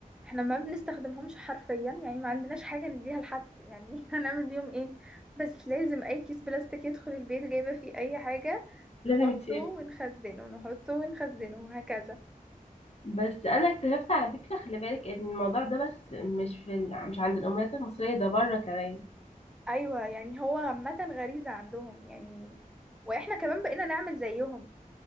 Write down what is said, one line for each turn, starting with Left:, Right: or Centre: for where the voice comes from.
Centre: احنا ما بنستخدمهمش حرفيا يعني ما عندناش حاجة نديها لحد يعني <laughs> هنعمل بيهم ايه بس لازم اي كيس بلاستيك يدخل البيت جايبة فيه اي حاجة
Left: لازم
Centre: نحطه
Left: يتشال
Centre: ونخزنه نحطه ونخزنه وهكذا
Left: بس انا اكتشفت على فكره خلي بالك ان الموضوع ده بس مش في ال... مش عند الامهات المصريه ده بره كمان
Centre: ايوه يعني هو عامه غريزه عندهم يعني واحنا كمان بقينا نعمل زيهم